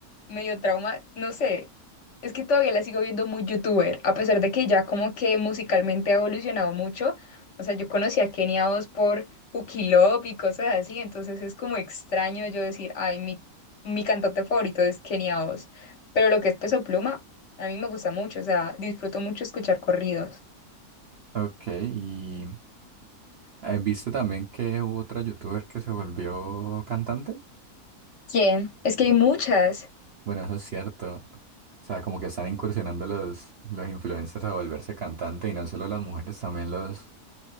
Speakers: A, on the left; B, on the right.
A: medio trauma, no sé, es que todavía la sigo viendo muy youtuber, a pesar de que ya como que musicalmente ha evolucionado mucho, o sea, yo conocí a Kenia Oz por Cookie Love y cosas así, entonces es como extraño yo decir, ay, mi, mi cantante favorito es Kenia Oz, pero lo que es Peso Pluma, a mí me gusta mucho, o sea, disfruto mucho escuchar corridos.
B: Ok, y eh, ¿viste también que hubo otra youtuber que se volvió cantante?
A: ¿Quién? Es que
B: Eh,
A: hay muchas.
B: Bueno, eso es cierto. O sea, como que están incursionando los, los influencers a volverse cantante y no solo las mujeres, también los,